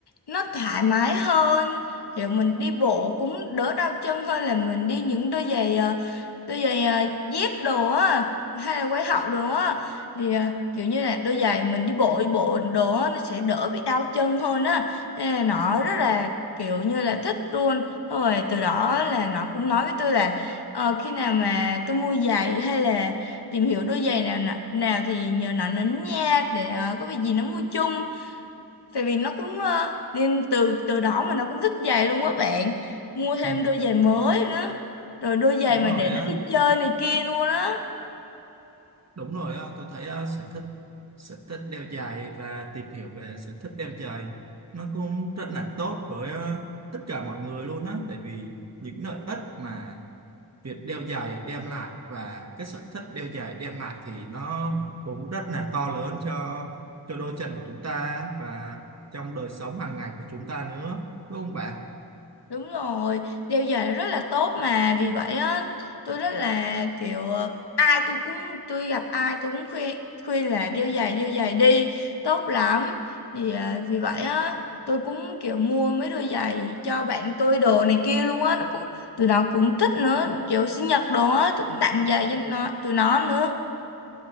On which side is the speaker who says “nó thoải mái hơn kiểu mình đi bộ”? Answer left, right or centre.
Left